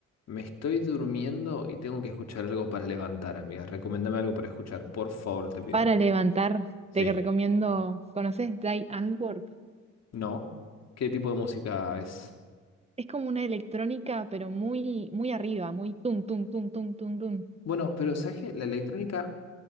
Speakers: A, on the left (about 60°); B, on the right (about 20°).
A: Me estoy durmiendo y tengo que escuchar algo para levantar, amiga. Recomendame algo para escuchar, por favor, te pido.
B: Para levantar,
A: Sí.
B: te recomiendo, ¿conoces Die Antwoord?
A: ¿No? ¿Qué tipo de música es?
B: Es como una electrónica, pero muy, muy arriba, muy tum, tum, tum, tum, tum, tum.
A: Bueno, pero ¿sabes qué? La electrónica,